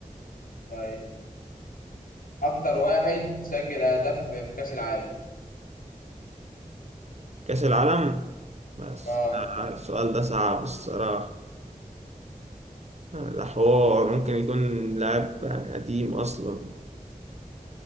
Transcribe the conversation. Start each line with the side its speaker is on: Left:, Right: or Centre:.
Left: طيب اكتر واحد سجل اهداف في في كاس العالم
Right: كأس العالم بس
Left: اه
Right: آه، السؤال ده صعب الصراحة آه، ده حوار ممكن يكون لاعب يعني قديم اصلا